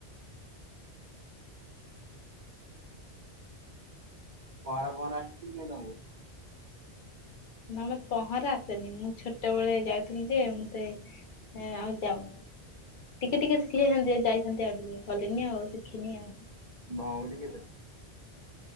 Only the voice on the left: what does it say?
ନା ମତେ ପହଁରା ଆସେନି ମୁଁ ଛୋଟବେଳେ ଯାଇଥିଲି ଯେ ମତେ ହଁ ଆଉ ଯାଉନି। ଟିକେ ଟିକେ ଶିଖିଯାଇଥାନ୍ତି ଯାଇଥାନ୍ତି ଆଉ ଟିକେ ଗଲିନି ଆଉ ଶିଖିନି ଆଉ।